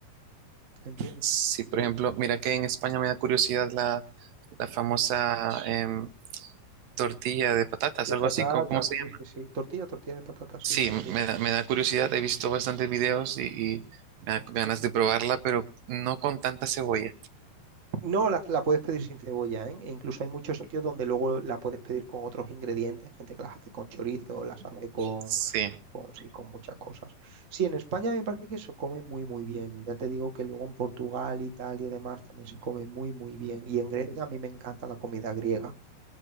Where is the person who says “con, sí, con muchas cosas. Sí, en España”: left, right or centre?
Right